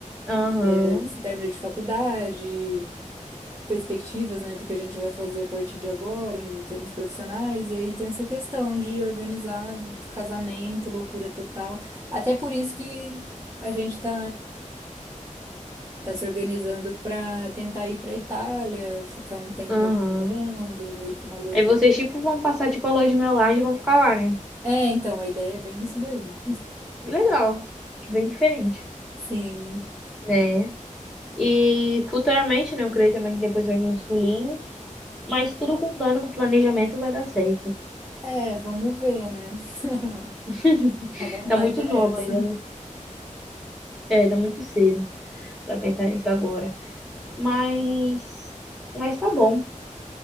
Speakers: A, in the centre; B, on the right.
A: Aham,
B: Esse término de faculdade, perspectivas, né, do que a gente vai fazer a partir de agora em termos profissionais, e aí tem essa questão de organizar casamento, loucura total. Até por isso que a gente tá tá se organizando para tentar ir para Itália, ficar um tempo
A: aham.
B: morando, meio que uma lua
A: Aí
B: de
A: vocês,
B: mel.
A: tipo, vão passar, tipo, a lua de mel lá e vão ficar lá, né?
B: É, então, a ideia é bem isso daí.
A: Legal. Bem diferente,
B: Sim.
A: né? E futuramente, né? Eu creio também que depois vai vir os filhinhos. Mas tudo com plano, com planejamento vai dar certo.
B: É, vamos ver, né? <laughs>
A: <laughs>
B: A vontade
A: Tá muito nova
B: é essa.
A: ainda, né? É, tá muito cedo pra pensar nisso agora. Mas, mas tá bom.